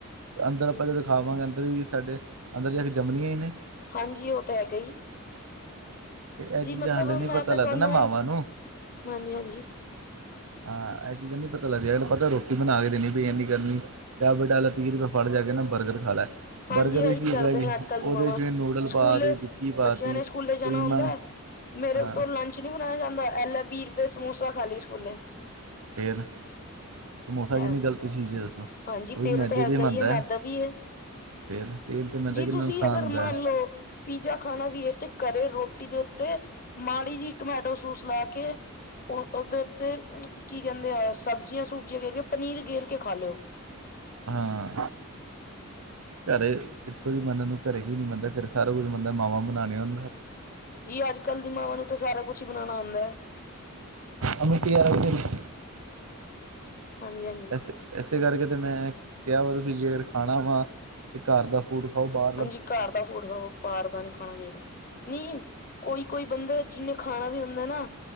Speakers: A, on the right; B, on the left.
A: ਅੰਦਰ ਆਪਾ ਜਦੋਂ ਖਾਵਾਂਗੇ ਅੰਦਰ ਹੀ ਸਾਡੇ ਅੰਦਰ ਜਾ ਕੇ ਜੰਮਦੀਆਂ ਹੀ ਨੇ
B: ਹਾਂਜੀ ਉਹ ਤਾਂ ਹੈਗਾ ਹੀ।
A: ਇਹ
B: ਜੀ
A: ਚੀਜ਼ਾਂ
B: ਮਤਲਬ
A: ਹਾਲੇ ਨਹੀਂ
B: ਮੈਂ
A: ਪਤਾ
B: ਤੇ
A: ਲੱਗਦਾ
B: ਤੁਹਾਨੂੰ,
A: ਨਾ ਮਾਵਾਂ ਨੂੰ
B: ਹਾਂਜੀ- ਹਾਂਜੀ-
A: ਹਾਂ ਇਹ ਚੀਜ਼ਾਂ ਨੀ ਪਤਾ ਲਗ ਪਤਾ ਰੋਟੀ ਬਣਾ ਕੇ ਦੇਣੀ ਪਈ ਇੰਨੀ ਗਰਮੀ ਜਾ ਬਟਾਲਾ, ਤੀਹ ਰੁਪਏ ਫੜ ਜਾ ਕੇ ਨਾ ਬਰਗਰ ਖਾ ਲੈ
B: ਹਾਂਜੀ,
A: ਬਰਗਰ
B: ਇਹੀ
A: ਵਿੱਚ ਕੀ
B: ਤੇ ਕਰਦੀਆਂ
A: ਹੈਗਾ
B: ਨੇ
A: ਜੀ
B: ਅਜ-ਕਲ
A: ਉਹਦੇ
B: ਦੀ ਮਾਵਾਂ
A: ਚ ਨੂਡਲ
B: ਸਕੂਲੇ,
A: ਪਾ ਤੇ ਟਿੱਕੀ ਪਾਤੀ
B: ਬੱਚਿਆਂ ਨੇ ਸਕੂਲੇ ਜਾਣਾ
A: ਕਰੀਮਾਂ
B: ਹੁੰਦਾ ਹੈ। ਮੇਰੇ
A: ਹਾਂ
B: ਤੋਂ ਲੰਚ ਨੀ ਬਣਾਇਆ ਜਾਦਾ, ਐ ਲੈ ਵੀਹ ਰੁਪਏ ਸਮੋਸਾ ਖਾ ਲਈ ਸਕੂਲੇ
A: ਫਿਰ- ਸਮੋਸਾ
B: ਐ
A: ਕਿੰਨੀ
B: ਤੇ,
A: ਗ਼ਲਤ ਚੀਜ ਹੈ ਦਸੋ,
B: ਹਾਂਜੀ
A: ਉਹ
B: ਤੇਲ
A: ਵੀ ਮੈਦੇ
B: ਤਾਂ ਹੈਗਾ
A: ਤੇ ਬਣਦਾ
B: ਹੀ ਮੈਦਾ
A: ਹੈ।
B: ਵੀ
A: ਫੇਰ- ਫੇਰ ਤੇ ਮੈ
B: ਜੀ
A: ਤਾਂ ਕਿੰਨਾ
B: ਤੁਸੀਂ
A: ਨੁਕਸਾਨ
B: ਅਗਰ
A: ਹੁੰਦਾ
B: ਮੰਨ ਲਓ ਪੀਜ਼ਾ ਖਾਣਾ ਵੀ ਇਹ ਤੇ ਕਰੇ ਰੋਟੀ ਦੇ ਉਤੇ ਮਾੜੀ ਜੀ ਟਮੈਟੋ ਸੋਸ ਲਾ ਕੇ ਉਹ ਉਹਦੇ ਉਤੇ ਕੀ ਕਹਿਦੇ ਆ ਸਬਜ਼ੀਆਂ ਸੁਬਜ਼ੀਆਂ ਗੇਰਕੇ ਪਨੀਰ ਗੇਰ ਕੇ ਖਾ ਲਿਓ
A: ਹਾਂ- ਘਰੇ ਦੇਖੋ ਜੀ ਬਨਣ ਨੂੰ ਘਰੇ ਕੀ ਨੀ ਬਣਦਾ ਘਰੇ ਸਾਰਾ ਕੁਝ ਬਣਦਾ ਮਾਵਾਂ ਬਣਾਉਣੀਆਂ ਉਹ
B: ਜੀ, ਅਜ ਕਲ ਦੀ ਮਾਵਾਂ ਨੂੰ ਤਾਂ ਸਾਰਾ ਕੁਛ ਹੀ ਬਣਾਉਣਾ ਆਉਦਾ ਹੈ।
A: ਅਂ ਤਿਆਰ ਹੋ <unintelligible>
B: ਹਾਂਜੀ- ਹਾਂਜੀ-
A: ਤੇ ਇਸੇ ਕਰਕੇ ਤਾਂ ਮੈ ਕਿਹਾ ਵਾ ਤੁਸੀ ਜੇਕਰ ਖਾਣਾ ਵਾ ਤੇ ਘਰ ਦਾ ਫੂਡ ਖਾਓ ਬਾਹਰ
B: ਹਾਂਜੀ, ਘਰ ਦਾ ਫੂਡ ਖਾੳ ਬਾਹਰ ਦਾ ਨਹੀ ਖਾਣਾ ਚਾਹੀਦਾ ਨਹੀ ਕੋਈ ਕੋਈ ਬੰਦਾ ਜਿਹਨੇ ਖਾਣਾ ਵੀ ਹੁੰਦਾ ਨਾ